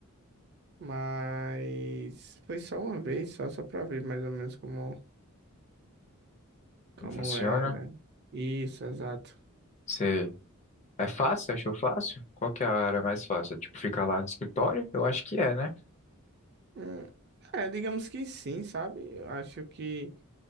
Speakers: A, on the right; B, on the left.
A: mas foi só uma vez, só, só pra ver mais ou menos como, como
B: Como funciona?
A: era. Isso, exato.
B: Você... É fácil? Achou fácil? Qual que é a área mais fácil? É, Tipo, ficar lá no escritório? Eu acho que é, né?
A: Hum, É, digamos que sim, sabe? Eu acho que